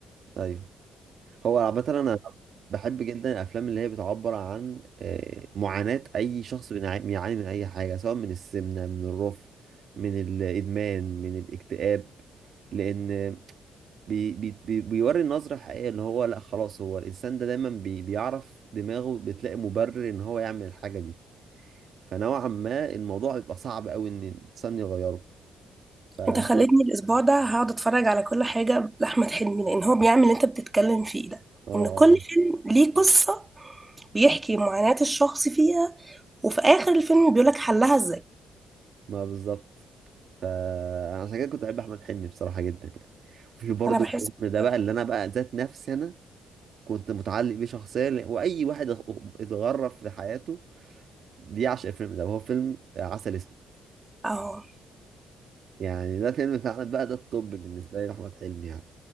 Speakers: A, on the right; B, on the right.
A: ايوه هو عامة أنا بحب جدا الأفلام اللي هي بتعبر عن آه، معاناة أي شخص بينع- بيعاني من أي حاجة سواء من السمنة من الرفع من الإدمان من الاكتئاب لأن بي بي بي بيوري النظرة الحقيقية اللي هو لأ خلاص هو الإنسان ده دايما بي بيعرف دماغه بتلاقي مبرر إن هو يعمل الحاجة دي فنوعا ما الموضوع بيبقى صعب أوي إن الإنسان يغيره فهو
B: انت خليتني الاسبوع ده هقعد اتفرج على كل حاجه لاحمد حلمي لان هو بيعمل اللي انت بتتكلم فيه ده
A: آه
B: ان كل
A: آه،
B: فيلم ليه قصه بيحكي معاناه الشخص فيها وفي اخر الفيلم بيقولك حلها ازاي
A: ما بالظبط فعشان كده كنت بحب احمد حلمي بصراحه جدا يعني وفي برضه
B: انا بحس
A: الفيلم
B: بالطريقه
A: ده بقى اللي انا بقى ذات نفسي انا كنت متعلق بيه شخصيا لأ- واي واحد اتغ- اتغرف في حياته بيعشق الفيلم ده وهو فيلم عسل اسود
B: اه
A: يعني ده فيلم فعلا بقى ده الطب بالنسبه لي لاحمد حلمي يعني